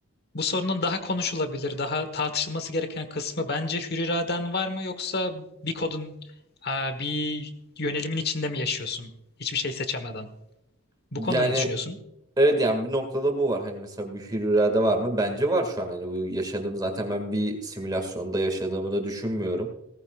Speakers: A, on the left; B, on the right.
A: bu sorunun daha konuşulabilir, daha tartışılması gereken kısmı bence hür iraden var mı yoksa bir kodun, aa, bir yönelimin içinde mi yaşıyorsun? Hiçbir şey seçemeden.
B: Yani
A: Bu konuda ne düşünüyorsun?
B: evet yani bir noktada bu var. Hani mesela bir hür irade var mı? Bence var şu an. Hani bu yaşadığım zaten ben bir simülasyonda yaşadığımı da düşünmüyorum.